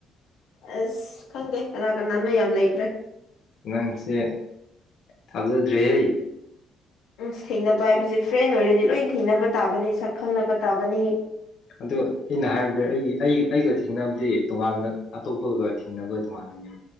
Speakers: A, on the left; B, on the left.
A: ꯑꯁ ꯈꯪꯗꯦ ꯀꯅꯥ ꯀꯅꯥꯅꯣ ꯌꯥꯝ ꯂꯩꯈ꯭ꯔꯦ꯫
B: ꯅꯪꯁꯦ ꯊꯥꯖꯗ꯭ꯔꯦ ꯍꯦ꯫
A: ꯎꯝ ꯊꯦꯡꯅꯕ ꯍꯥꯏꯕꯁꯦ ꯐ꯭ꯔꯦꯟ ꯑꯣꯏꯔꯗꯤ ꯂꯣꯏ ꯊꯦꯡꯅꯕ ꯇꯥꯕꯅꯤ ꯁꯛ ꯈꯪꯅꯕ ꯇꯥꯕꯅꯤ꯫
B: ꯑꯗꯣ ꯑꯩꯅ ꯍꯥꯏꯔꯕꯗ ꯑꯩꯒꯤ ꯑꯩ ꯑꯩꯒ ꯊꯦꯡꯅꯕꯗꯤ ꯇꯣꯉꯥꯟꯅ ꯑꯇꯣꯞꯄꯒ ꯅꯕ ꯇꯧꯡꯒꯥꯟꯒꯅꯤ꯫